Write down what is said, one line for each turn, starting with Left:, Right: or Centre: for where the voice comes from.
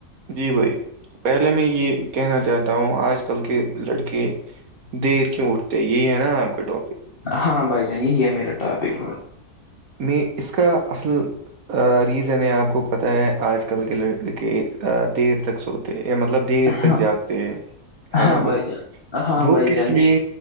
Right: جی بھائی پہلے میں یہ کہنا چاہتا ہوں آج کل کے لڑکے دیر کیوں اٹھتے یہ ہے نا آپ کے ٹاپک
Left: ہاں بھائی جان یہی ہے میرا ٹاپک
Right: میں اس کا اصل ریزن ہے آپ کو پتہ ہے آج کل کے لڑک کے دیر تک سو مطلب دیر تک
Left: ہاں
Right: جاتے ہیں ہے
Left: ہاں
Right: نا بھائی
Left: جان ہاں
Right: وہ
Left: بھائی
Right: کس
Left: جان
Right: لیے